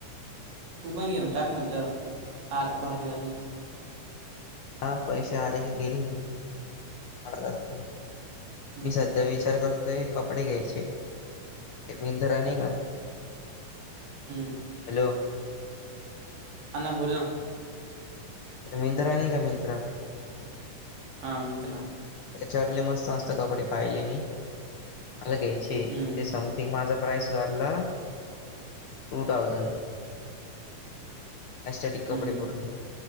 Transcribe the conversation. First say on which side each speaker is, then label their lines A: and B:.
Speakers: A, on the right; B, on the left.
A: तू पण घेऊन टाक म्हणलं कार भारी आली.
B: हा पैसे आले की गिल मी <unintelligible>
A: हम्म
B: मी सध्या विचार करतोय कपडे घ्यायचे ते मिंनधरा नाही का.
A: हम्म.
B: हॅलो.
A: हान बोलना.
B: मिंत्रा नाही का मिंत्रा
A: हा मिंत्रा.
B: त्याच्यावर लय मस्त, मस्त कपडे पाहिले मी मला घ्यायचे.
A: हम्म
B: ते समथिंग माझा प्राइस झालला टू थाउजंड. एस्टेटिक
A: हम्म
B: कपडे पूर्णे